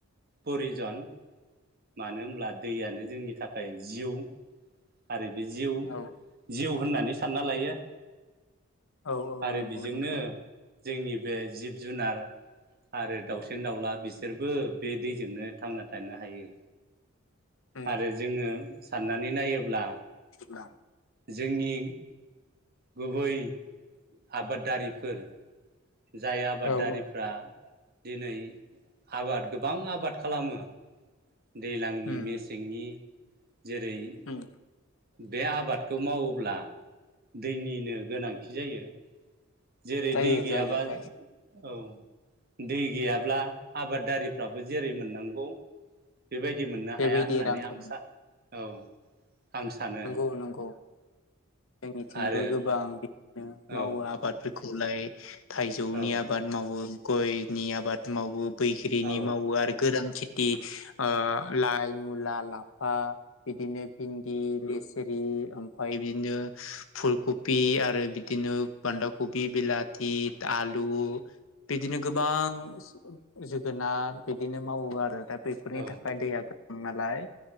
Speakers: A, on the right; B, on the left.
A: प्रयिजन मानो होनब्ला दैयानो जोंनि थाखाय जिउ आरो बे जिउ
B: औ
A: जिउ होननानै सानना लायो
B: औ औ
A: आरो
B: नंगौ
A: बेजोंनो
B: नंगौ।
A: जोंनि बे जिब जुनार आरो दाउसेन दाउला बिसोरबो बे दैजोंनो थांना थानो हायो।
B: उम
A: आरो जोङो साननानै। नायोब्ला
B: सां <unintelligible>
A: जोंनि गुबै आबादारिफोर जाय आबादारिफ्रा
B: औ
A: दिनै आबाद गोबां आबाद खालामो। दैलांनि
B: उम
A: मेसेंनि। जेरै-
B: उम
A: बे आबादखौ मावोब्ला। दैनिनो गोनांथि जायो। जेरै
B: जायो
A: दै गैयाबा
B: जायो जायो
A: औ। दै गैयाब्ला आबादारिफ्राबो जेरै- मोननांगौ। बेबायदि मोननो
B: बेबायदि
A: हाया होननानै
B: रांखौ
A: आं
B: मोनो
A: सा औ। आं सानो
B: नंगौ नंगौ जोंनिथिंबो
A: आरो
B: गोबां बि मावो
A: औ
B: आबादफोर खौलाय। थाइजौनि
A: औ
B: आबाद मावो। गयनि आबाद मावो। बैख्रिनि
A: औ
B: मावो आरो गोरान थिथि ओ आ लाइ मुला लाफा। बिदिनो भिन्दि। लि सिरि ओमफाय बिदिनो फुलकबि आरो बिदिनो बान्दा कबि बिलाथि आलु बिदिनो गोबां जोगोनार बिदिनो मावो आरो दा बेफोरनि
A: औ
B: थाखाय दैया गबां नालाय